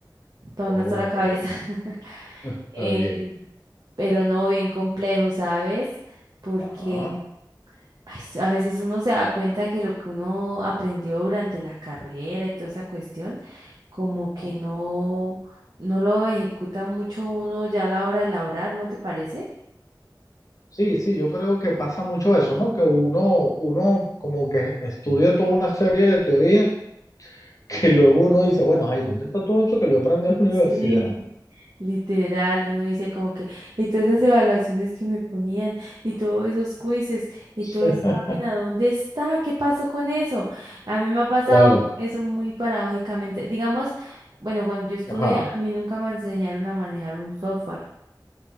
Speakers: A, on the right; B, on the left.
A: <laughs> toda
B: Ok,
A: una sola cabeza. <laughs>
B: está
A: Eh,
B: bien.
A: pero no bien complejo, ¿sabes? Porque
B: Ajá.
A: ay, s- a veces uno se da cuenta que lo que uno aprendió durante la carrera y toda esa cuestión, como que
B: ajá.
A: no, no lo ejecuta mucho uno ya a la hora de laborar, ¿no te parece?
B: Sí, sí, yo creo que pasa mucho eso, ¿no? Que uno, uno como que estudia toda una serie de teorías <laughs> que luego uno dice, bueno, ay, ¿dónde está todo eso que yo aprendí en la universidad?
A: Sí, Literal, uno dice como que, y todas esas evaluaciones que me ponían, y todos esos quizzes, y toda
B: <laughs>
A: esa vaina, ¿dónde está? ¿Qué pasó con eso? A mí me ha pasado
B: Claro,
A: eso muy paradójicamente. Digamos, bueno, cuando yo estudié,
B: ajá,
A: a mí nunca me enseñaron a manejar un software